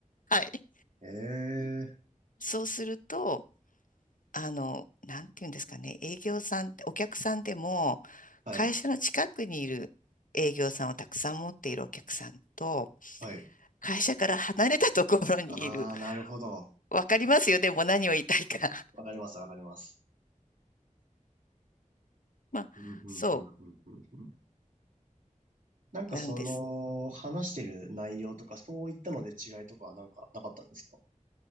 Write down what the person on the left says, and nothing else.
はい。
そうすると、あの、なんていうんですかね、営業さん、お客さんでも、
会社の近くにいる営業さんをたくさん持っているお客さんと、
会社から離れたところにいる。
わかりますよね、もう何を言いたいか。
<laughs> まあ、
そ
うなんです。